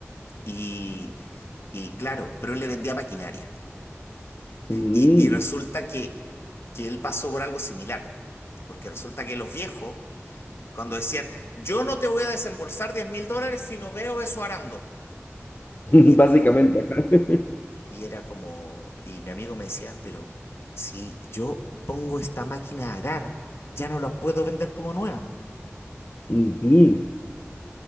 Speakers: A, on the left; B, on the left.
A: y, y claro, pero él le vendía maquinaria.
B: Mm,
A: Y, y resulta que, que él pasó por algo similar, porque resulta que los viejos, cuando decían, yo no te voy a desembolsar 10 mil dólares si no veo eso arando.
B: <laughs>
A: Y era
B: Básicamente,
A: como,
B: ajá. <laughs>
A: y era como, y mi amigo me decía, pero si yo pongo esta máquina a arar, ya no la puedo vender como nueva.
B: Ujú.